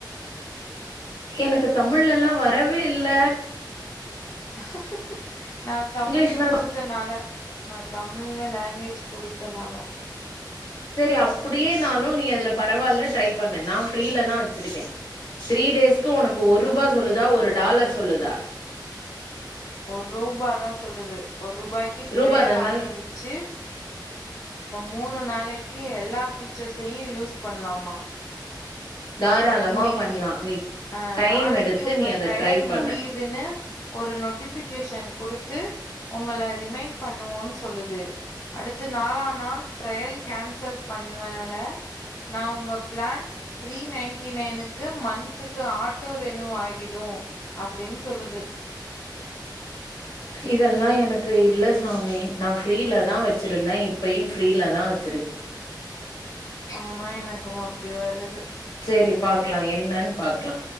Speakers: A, on the left (about 75°); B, on the left (about 40°).
A: எனக்கு தமிழ்லல்லா வரவே இல்ல
B: ஹ நா தமிழ்னு
A: இங்கிலீஷ்ல
B: குடுத்தனால நா தமிழ்னு லாங்குவேஜ் குடுத்தனால
A: சேரி அப்டியேனாலு நீ அதுல பரவாயில்ல ட்ரை பண்ணு நா ஃபிரீல தா வச்சிருக்கே த்ரீ டேஸ் ஒனக்கு ஒரூபா
B: ஆமா
A: சொல்லிதா ஒரு டாலர் சொல்லுதா
B: ஒரு ரூபாதா சொல்லுது ஒரு ரூபாய்க்கு ட்ரயல்
A: ரூபா தான
B: ஆரம்பிச்சு மூனு நாளைக் க்கு எல்லா ஃபீச்சர்ஸையு யூஸ் பண்லாமா
A: <inaudible>
B: இன்னைக்கு
A: பண்லா நீ
B: அ
A: டைம்
B: நாளைக்கு
A: எடுத்து
B: உங்க
A: நீ அத
B: ட்ரையல்
A: ட்ரை பண்ணு
B: முடியுதுன்னு ஒரு நோட்டிபிகேஷன் கொடுத் த்து உங்கள ரிமைண்ட் பண்ணுவோன்னு சொல்லுது அடுத்து நாலா நாள் ட்ரயல் கேன்சல் பண் னால நா உங்க பிளான் த்ரீ நைன் ன்டி நைனுக்கு மன்துக்கு ஆட்டோ ரெனூ ஆகிடு அப்டின்னு சொல்லுது
A: இதெல்லா எனக்கு இல்ல சாமி நா ஃப்ரீல தா வச்சிருந்தே இப்பையு ஃப்ரீலதா வச்
B: ஆனா எனக்கு அப்டி வருது
A: சேரி பாக்கலா என்னன்னு பாக்கலா